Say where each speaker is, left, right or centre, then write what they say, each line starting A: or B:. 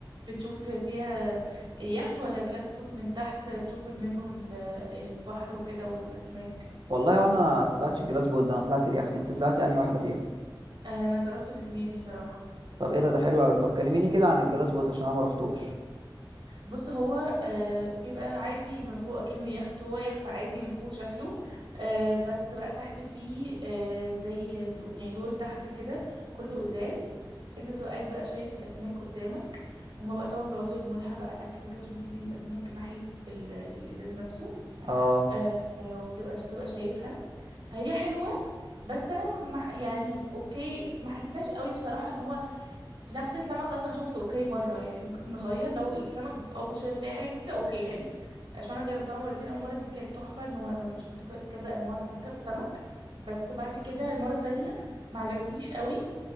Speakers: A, on the right; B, on the right.
A: بتشوف فيها يخت ولا جلاس بوت من تحت بتشوف منه ال- البحر وكده والاسماك
B: والله وانا طلعتش الجلاس بوت ده انا طلعت اليخت انت طلعتي يعني واحده فيهم
A: آه، انا جربت الاتنين بصراحة
B: طب ايه ده ده حلو قوي طب كلميني كده عن الجلاس بوت عشان انا ما رحتوش
A: بص هو آه بيبقى عادي من فوق كأنه يخت هو يخت عادي من فوق شكله آه بس بقى تحت فيه آه زي دو يعني دور تحت كده كله ازاز انت بتبقى قاعد بقى شايف الاسماك قدامك هما بقى طبعا بيقعدوا يرموا لها بقى اكل وكده عشان تيجي الاسماك ناحية ال... الازاز نفسه
B: اه
A: آه آه، وتبقى تبقى شايفها هي حلوة بس انا ما ح- يعني اوكي ما حسيتهاش قوي بصراحة ان هو نفس السمك خلاص انا شفته اوكي مره يعني ممكن نغير لو السمك اه كل شويه بتلاقي حاجه جديده اوكي حلو عشان انا جربتها مرتين اول مره دي كانت تحفه ان هو انا شفت ك- كذا انواع سك- سمك بس بعد كده المره التانية ما عجبتنيش قوي